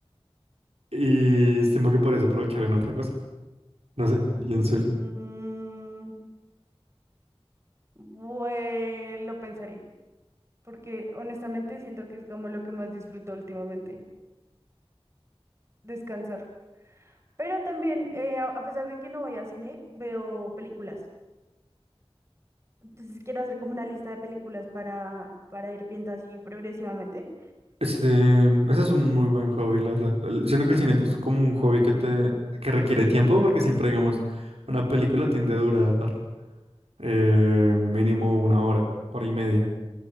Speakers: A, on the right; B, on the right.
A: Y estimo que podrías aprovechar en otra cosa. No sé,
B: Mm,
A: pienso yo.
B: mm, mm. Bueno, lo pensaré, porque honestamente siento que es como lo que más disfruto últimamente, descansar. Pero también, eh, a a pesar de que no voy a cine, veo películas. Entonces quiero hacer como una lista de películas para, para ir viendo así progresivamente.
A: Este, ese es un muy buen hobby, la verdad. El- Siento que el cine es como un hobby que te, que requiere tiempo, porque siempre, digamos, una película tiende a durar eh, mínimo una hora, hora y media.